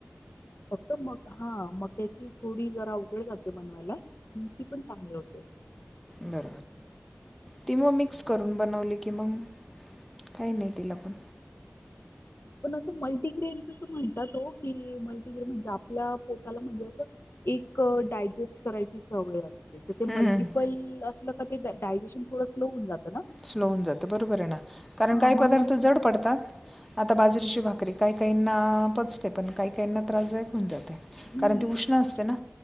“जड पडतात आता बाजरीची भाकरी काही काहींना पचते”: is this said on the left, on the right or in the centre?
Centre